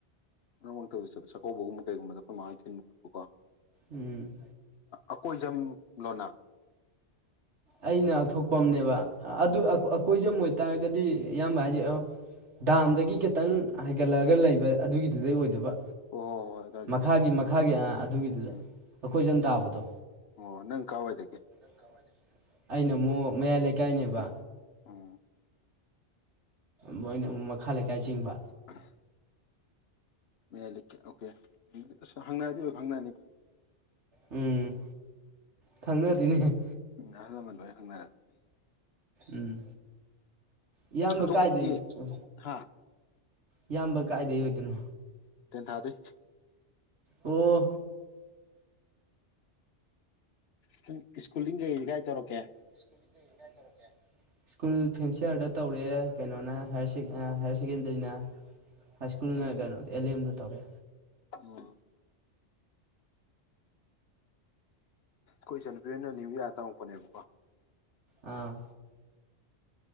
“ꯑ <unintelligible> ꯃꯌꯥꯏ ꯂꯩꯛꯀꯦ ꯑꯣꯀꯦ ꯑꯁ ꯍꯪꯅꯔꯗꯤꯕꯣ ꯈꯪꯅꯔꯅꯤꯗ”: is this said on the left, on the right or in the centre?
Left